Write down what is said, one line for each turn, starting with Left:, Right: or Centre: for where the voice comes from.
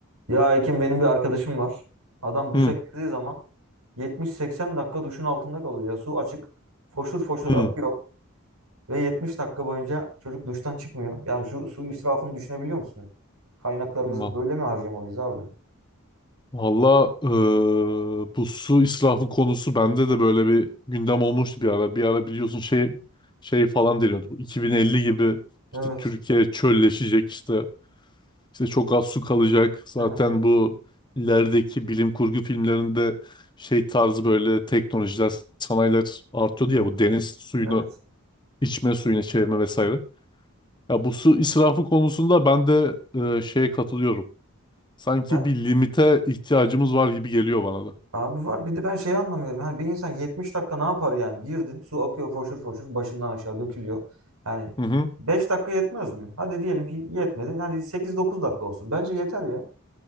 Right: Ya Ekim benim bir arkadaşım var. Adam duşa
Left: Hı,
Right: girdiği zaman 70-80 dakika duşun altında kalıyor ya. Su açık, foşur foşur
Left: hı.
Right: akıyor ve 70 dakika boyunca çocuk duştan çıkmıyor. Yani şu su israfını düşünebiliyor musun? Kaynaklarımızı
Left: Ma-
Right: böyle mi harcamalıyız abi?
Left: Valla eee, bu su israfı konusu bende de böyle bir gündem olmuştu bir ara. Bir ara biliyorsun şey şey falan deniyordu. Bu 2050 gibi
Right: Evet.
Left: işte Türkiye çölleşecek işte işte çok az su kalacak. Zaten
Right: Hı hı.
Left: bu ilerideki bilim kurgu filmlerinde şey tarzı böyle teknolojiler, sanayiler artıyordu ya bu deniz suyunu
Right: Evet.
Left: içme suyuna çevirme vesaire. Ya bu su israfı konusunda ben de eee, şeye katılıyorum. Sanki
Right: Yani
Left: bir limite ihtiyacımız var gibi geliyor bana da.
Right: abi var bir de ben şeyi anlamıyorum. Yani bir insan 70 dakika ne yapar yani? Girdin, su akıyor foşur foşur başından aşağı dökülüyor. Yani
Left: Hı hı.
Right: 5 dakika yetmez mi? Hadi diyelim ki yetmedi. Hadi 8-9 dakika olsun. Bence yeter ya.